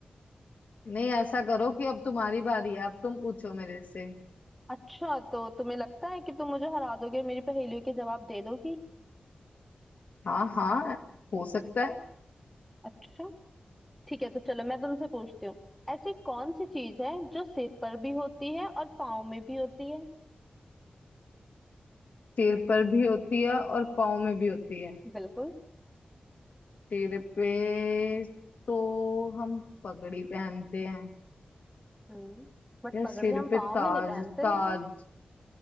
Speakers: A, on the left (about 60°); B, in the centre.
A: नहीं ऐसा करो कि अब तुम्हारी बारी है अब तुम पूछो मेरे से
B: अच्छा तो तुम्हें लगता है कि तुम मुझे हरा दोगे और मेरी पहेलियों के जवाब दे दोगी
A: हाँ हाँ हो सकता है
B: अच्छा ठीक है तो चलो मैं तुमसे पूछती हूँ ऐसी कौन सी चीज है जो सिर पर भी होती है और पाँव में भी होती है
A: सिर पर भी होती है और पाँव में भी होती है
B: बिल्कुल
A: सिर पे तो हम पगड़ी पहनते हैं
B: हम्म बट
A: या
B: पगड़ी
A: सिर
B: हम
A: पे
B: पाँव
A: ताज
B: में नहीं पहनते
A: ताज
B: लेकिन